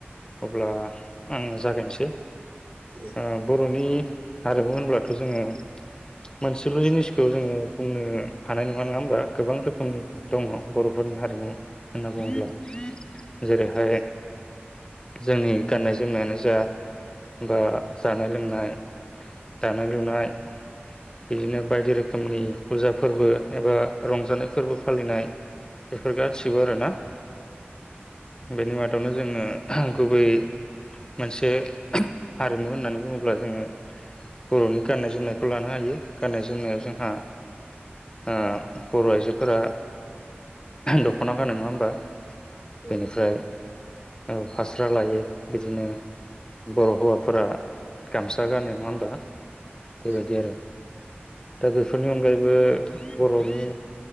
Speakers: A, on the left (about 20°); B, on the right (about 50°).
A: अब्ला आंङो जागायनोसै
B: उम
A: ओ बर'नि हारिमु होनब्लाथ जोंङो मोनसेल' जिनिसखौ जोंङो बुंनो हानाय नङा नङा होमबा गोबां रोखोम नि दङ
B: उम
A: बर' फोरनि हा हारिमु होनना <inaudible> बुङोब्ला जेरैहाय जोंनि गाननाय जोमनायानो जा बा जानाय लोंनाय दानाय लुनाय बिदिनो बायदि रोखोमनि फुजा फोरबो एबा रंजानाय फोरबो फालिनाय बेफोर गासिबो आरोना बेनि मा <unintelligible> जोंङो गुबै मोनसे हारिमु होननानै बुङोब्ला जोंङो बरनि गाननाय जोमनायखौ लानो हायो गाननाय जोमनायाव जोंहा ओ बर' आइजोफोरा दख'ना गानो नङा होम्बा
B: उम
A: बेनिफ्राय औ फास्रा लायो बिदिनो बर' हौवाफोरा गामसा गानो नङा होम्बा बेबायदि
B: उम
A: आरो दा बेफोरनि अनगायै बो बर'नि